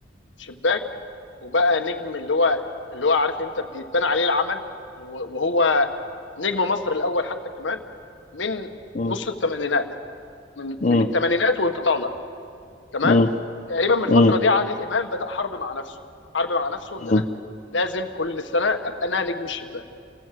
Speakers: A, on the left; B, on the left.
A: شباك وبقى نجم اللي هو اللي هو عارف انت بيتبنى عليه العمل و- وهو نجم مصر الاول حتى كمان من
B: مم.
A: نص الثمانينات من
B: مم.
A: من الثمانينات وانت طالع تمام
B: مم.
A: تقريبا من الفتره
B: مم.
A: دي عادل امام بدا حرب مع نفسه حرب مع نفسه
B: مم.
A: ان انا لازم كل سنه ابقى انا نجم الشباك